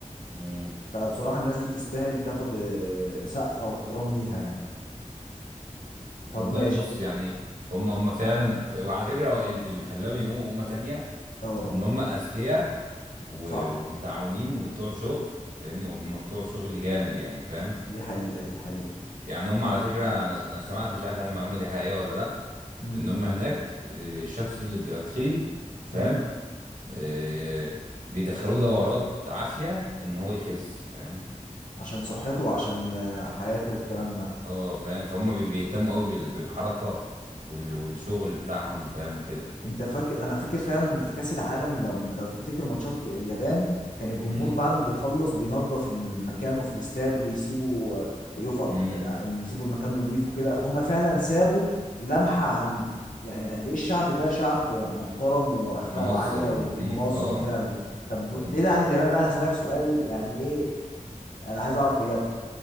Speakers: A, on the right (about 85°); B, on the left (about 80°).
A: امم
B: فبصراحة الناس دي تستاهل تاخد آه، سقفة واحترام ليها يعني طب
A: والله
B: ماشي
A: بص يعني هم هم فعلا وعلى فكره هو ال- اللي خلاهم يقوموا امه تانية
B: اه
A: ان هم اذكياء و-
B: صح
A: ومتعاونين وبتوع شغل فاهمني هم بتوع شغل جامد يعني فاهم
B: دي حقيقة دي حقيقة
A: يعني هم على فكره انا س- انا سمعت مش عارف هل المعلومه دي حقيقيه ولا لا
B: امم
A: ان هم هناك آه، الشخص اللي بيبقى تخين فاهم
B: امم
A: آه، بيدخلوه دورات عافية ان هو يخس فاهم
B: عشان صحته وعشان آه، حياته والكلام ده
A: اه فاهم فهم بي- بيهتموا قوي بال- بالحركة وال- والشغل بتاعهم فاهم وكده
B: انت فاكر انا فاكر فعلا في كاس العالم لو لو تفتكر ماتشات ك- اليابان كان الجمهور
A: امم
B: بعد ما بيخلص بينظف مكانه في الاستاد ويسيبوا يفط
A: امم
B: ان يسيبوا المكان نظيف وكده فهم فعلا سابوا لمحة عن يعني قد ايه الشعب ده شعب محترم واخلاقه
A: منظم
B: عالية وال-
A: ونظيف
B: ومنظم
A: اه
B: فعلا طب
A: امم
B: بعيد عن اليابان بقى انا هسألك سؤال يعني ايه انا عايز اعرف اجابته